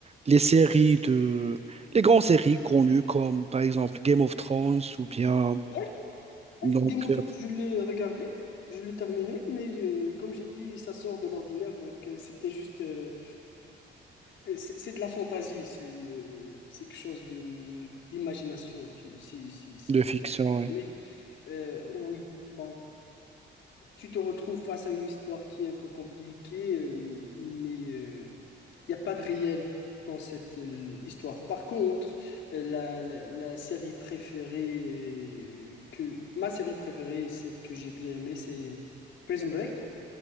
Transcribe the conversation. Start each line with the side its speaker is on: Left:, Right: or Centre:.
Right: les séries de, les grandes séries connues comme par exemple Game of Thrones ou bien
Left: Oui,
Right: donc
Left: Game of
Right: euh,
Left: Thrones, je l'ai regardé, je l'ai terminé, mais euh, comme j'ai dit, ça sort de l'ordinaire, donc euh, c'était juste... euh, Euh, C'est c'est de la fantaisie, c'est euh, c'est quelque chose de d'imagination, tu- si, si, si
Right: de
Left: le
Right: fiction,
Left: terme est permis.
Right: hein.
Left: Euh, oui, bon, tu te retrouves face à une histoire qui est un peu compliquée, euh, mais euh, il n'y a pas de réel dans cette euh, histoire. Par contre, euh, la, la- la série préférée euh, que ma série préférée, et celle que j'ai bien aimée, c'est Prison Break.